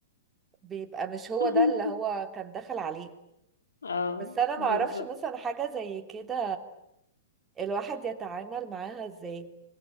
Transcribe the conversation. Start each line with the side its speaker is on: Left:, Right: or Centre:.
Right: بيبقى مش هو
Left: <laughs>
Right: ده اللي هو كان داخل عليه
Left: اه
Right: بس انا
Left: بالظبط
Right: معرفش مثلا حاجة زي كده الواحد يتعامل معاها ازاي